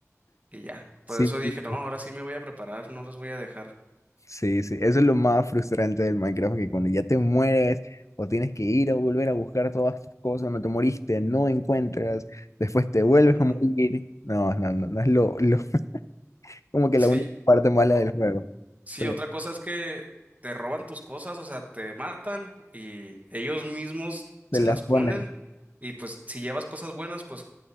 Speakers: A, on the right (about 30°); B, on the left (about 70°).
A: y ya. Por
B: Sí.
A: eso dije,
B: sí.
A: no, ahora sí me voy a preparar, no los voy a dejar.
B: Sí, sí, eso es lo más frustrante del Minecraft, que cuando ya te mueres o tienes que ir a volver a buscar todas tus cosas, no te moriste, no encuentras, después te vuelves
A: Ujú.
B: a morir. No, no, no, no es lo, lo- <laughs> como que
A: Sí,
B: la única parte mala
A: o-
B: del juego,
A: sí,
B: pero
A: otra cosa es que te roban tus cosas, o sea, te matan y ellos mismos
B: te
A: se
B: las
A: las ponen
B: pones.
A: y pues si llevas cosas buenas, pues